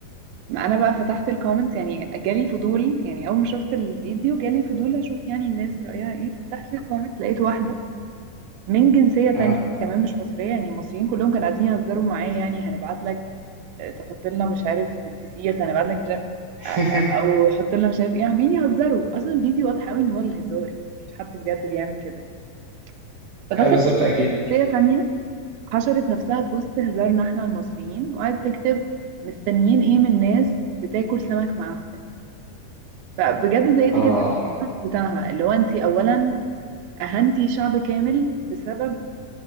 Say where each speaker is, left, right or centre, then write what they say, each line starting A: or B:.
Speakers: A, on the right; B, on the right.
A: ما انا بقى فتحت الكومنتس يعني جالي فضول يعني اول ما شفت الفيديو جالي فضول اشوف يعني الناس رأيها ايه فتحت الكومنت لقيت واحدة من جنسية تانية
B: اه,
A: كمان مش مصرية يعني المصريين كلهم كانوا قاعدين يهزروا معايا يعني هنبعت لك آه، تحط لنا مش عارف بالفسيخ هنبعت لك مش عارف
B: <laughs>
A: آه، آه، او حط لنا مش عارف ايه عمالين يهزروا اصلا الفيديو واضح قوي ان هو الهزار يعني مش حد بجد بيعمل كده يعني فده
B: آه
A: كان
B: بالظبط اكيد
A: جنسية تانية حشرت نفسها في وسط هزارنا احنا المصريين وقعدت تكتب مستنيين ايه من ناس بتاكل سمك معفن فبجد اتضايقت
B: اه
A: جدا من الكومنت بتاعها اللي هو انت اولا اهنتي شعب كامل بسبب